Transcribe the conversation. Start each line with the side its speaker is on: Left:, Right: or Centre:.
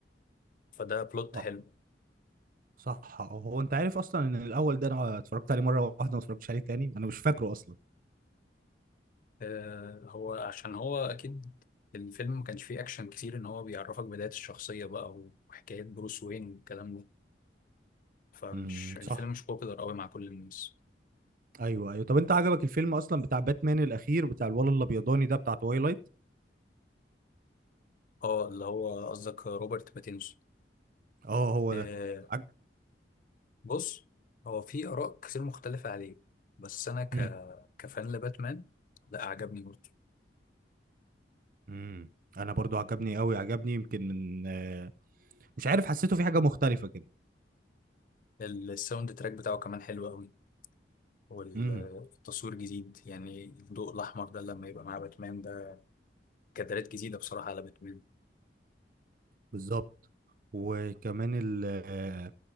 Left: فده بلوت
Right: اه
Left: حلو
Right: صح اه هو انت عارف اصلا ان الاول ده انا اتفرجت عليه مره واحده ما اتفرجتش عليه تاني انا مش فاكره اصلا
Left: آه، هو عشان هو اكيد الفيلم ما كانش فيه اكشن كتير ان هو بيعرفك بداية الشخصية بقى وحكايات بروس وين والكلام ده فمش
Right: امم صح
Left: الفيلم مش بوبيلر قوي مع كل الناس
Right: ايوه ايوه طب انت عجبك الفيلم اصلا بتاع باتمان الاخير بتاع الولد الابيضاني ده بتاع تويلايت
Left: اه اللي هو قصدك روبرت باتينسون
Right: اه هو
Left: آه
Right: ده عج...
Left: بص هو في اراء كتير مختلفة عليه بس انا ك
Right: مم.
Left: كفان لباتمان لا عجبني برضه
Right: امم انا برضو عجبني قوي عجبني يمكن من آه، مش عارف حسيته في حاجه مختلفه كده
Left: الساوند تراك بتاعه كمان حلو قوي والتصوير
Right: امم
Left: جديد يعني الضوء الاحمر ده لما يبقى مع باتمان ده كادرات جديدة بصراحة على باتمان
Right: بالظبط وكمان ال